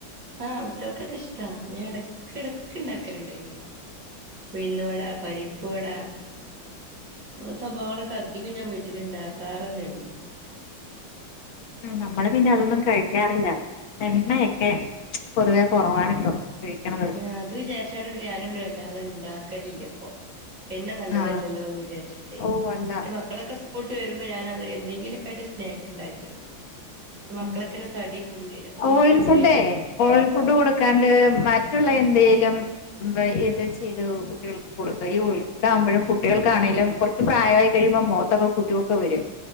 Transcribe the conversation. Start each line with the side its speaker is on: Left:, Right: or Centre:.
Right: ആഹ് കുട്ട്യോൾക്കൊക്കെ ഇഷ്ടാ ഞാൻ എടക്കെടക്ക് ഇണ്ടാക്കല്ണ്ടായീന്നു ഉഴ്ന്ന് വടാ, പരിപ്പുവടാ അങ്ങനെ സംഭവങ്ങളൊക്കെ അധികും ഞാൻ വീട്ടില്ണ്ടാക്കാറന്നെള്ളു
Left: മ് നമ്മള് പിന്നെ അതൊന്നും കഴി ക്കാറില്ല എണ്ണയൊക്കെ പൊതുവെ കൊറവാണിപ്പൊ ഉപയോഗിക്ക്ണത്
Right: ആഹ് അത് വിചാരിച്ചാണ്ട് പിന്നെ ഞാനും പിന്നെ വല്ലാതെ ഇണ്ടാക്കലില്ല ഇപ്പൊ എണ്ണ നല്ലതല്ലല്ലോ
Left: ആഹ്
Right: എന്ന് വിചാരിച്ചിട്ടേ
Left: ഓഹ് അല്ല
Right: മറ്റെ മക്കളൊക്കെ സ്കൂ ൾ വിട്ട് വരുമ്പോ ഞാന് അത് എന്തെങ്കിലൊക്കായിട്ട് സ്നാക്ക്ണ്ടാക്കി കൊടുക്കും ഇപ്പൊ മക്കളൊക്കെന്നെ
Left: ഉം
Right: തടി കൂടി വരാ അപ്പനിക്ക്
Left: ഓയിൽ
Right: തോണിയാണ്
Left: ഫുഡേ ഓയിൽ ഫുഡ് കൊടുക്കാണ്ട് മറ്റുള്ള എന്തേലും ഇത് ചെയ്തു കുട്ടികൾക്ക് കൊടുക്ക ഈ കൊഴുപ്പാകുമ്പഴും കുട്ടികൾക്കാണേലും കൊറച്ച് പ്രായമായി കഴിയുമ്പോ മുഖത്തൊക്കെ കുരുവൊക്കെ വരും